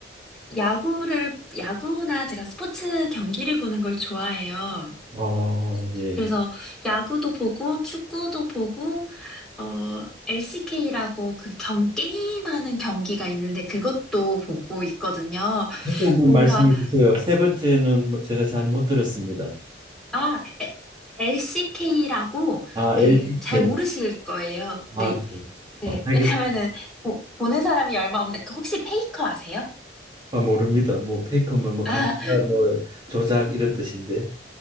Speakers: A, in the centre; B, on the right.
A: 야구를, 야구나 제가 스포츠 경기를 보는 걸 좋아해요.
B: 어, 예.
A: 그래서 야구도 보고, 축구도 보고, 어, LCK라고 그 경, 게임하는 경기가 있는데 그것도 보고 있거든요.
B: 다시 한번
A: 뭔가,
B: 말씀해 주세요. 세 번째는 뭐 제가 잘못 들었습니다.
A: 아, LCK라고
B: 아,
A: 그
B: LTK.
A: 잘 모르실 거예요. 네.
B: 아, 네.
A: 그,
B: 알겠습니다.
A: 왜냐면은 보, 보는 사람이 얼마 없는데 그 혹시 페이커 아세요?
B: 아, 모릅니다. 뭐 페이커면 뭐
A: 아,
B: 가짜 뭐 조작 이런 뜻인데.